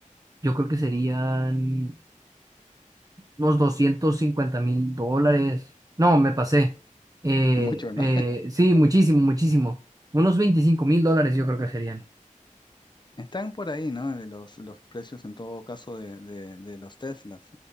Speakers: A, on the right; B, on the left.
A: yo creo que serían unos doscientos cincuenta mil dólares. No, me pasé. Eh,
B: <laughs> Mucho, ¿no?
A: eh, sí, muchísimo, muchísimo. Unos veinticinco mil dólares yo creo que serían.
B: Están por ahí, ¿no? De los, los precios en todo caso de, de- de los Teslas.